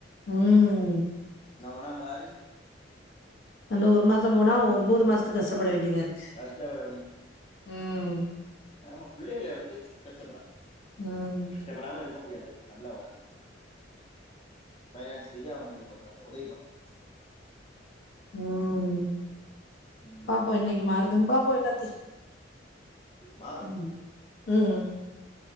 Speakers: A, on the left (about 80°); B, on the left (about 35°).
A: ம்
B: நம்மனா பாரு
A: அந்த ஒரு மாச போனா ஒம்போது மாசதுக்கு கஷ்டப்பட வேண்டியதா இருக்கு
B: கஷ்டப்பட
A: ம்
B: நம்ம பிள்ளைகள வந்து பெத்தப்படா
A: ம்ம்
B: கஷ்டப்படாம இருக்க முடியாது நல்லா வளக்கலா பைனான்ஸ் ரீதியா அவங்களுக்கொஞ்சோ நம்ம உதவி பண்லா
A: ம்
B: ம்
A: பாப்போ என்னைக்கு மாறுதுன் பாப்போ எல்லாத்தையு
B: மாறும்
A: ம் ம்